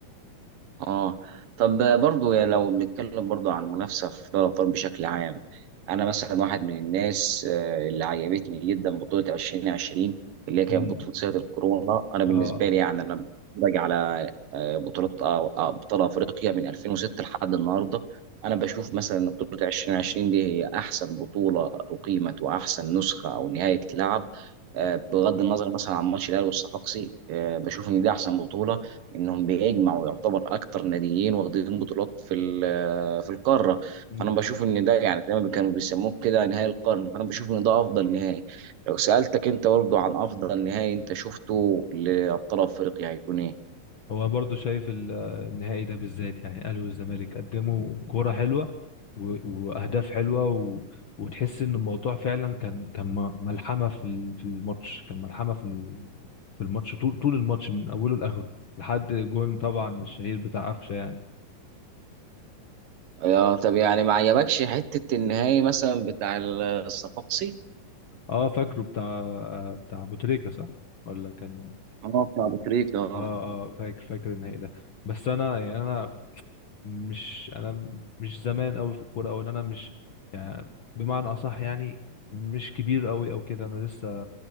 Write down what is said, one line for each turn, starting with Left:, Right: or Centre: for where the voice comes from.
Right: اه طب برضو يعني لو بنتكلم برضو عن المنافسه في دوري الابطال بشكل عام انا مثلا واحد من الناس آه، اللي عجبتني جدا بطوله 2020 اللي هي كانت
Left: امم
Right: بطوله سنه الكورونا انا بالنسبه
Left: اه
Right: لي يعني انا بتفرج على آه، بطوله آه، آه، ابطال افريقيا من 2006 لحد النهارده انا بشوف مثلا ان بطوله 2020 دي هي احسن بطوله اقيمت واحسن نسخه او نهايه لعب آه، بغض النظر مثلا عن ماتش الاهلي والصفاقسي آه، بشوف ان دي احسن بطوله انهم بيجمعوا يعتبر اكتر ناديين واخدين بطولات في ال- في القاره
Left: امم
Right: فانا بشوف ان ده يعني زي ما كانوا بيسموه كده نهائي القرن فانا بشوف ان ده افضل نهائي لو سالتك انت برضه عن افضل نهائي انت شفته لابطال افريقيا هيكون ايه؟
Left: هو برضو شايف ال- النهائي ده بالذات يعني الاهلي والزمالك قدموا كوره حلوه و- واهداف حلوه و... وتحس ان الموضوع فعلا كان كان م- ملحمه في ال- في الماتش كان ملحمه في ال- في الماتش طول طول الماتش من اوله لاخره لحد جون طبعا الشهير بتاع قفشه يعني
Right: آه طب يعني ما عجبكش حته النهائي مثلا بتاع الصفاقسي؟
Left: اه فاكره بتاع بتاع ابو تريكه صح ولا كان
Right: اه بتاع ابو تريكة اه
Left: اه اه فاكر فاكر النهائي ده بس انا يعني انا مش انا مش زمان قوي في الكوره او ان انا مش يعني بمعنى اصح يعني مش كبير قوي او كده انا لسه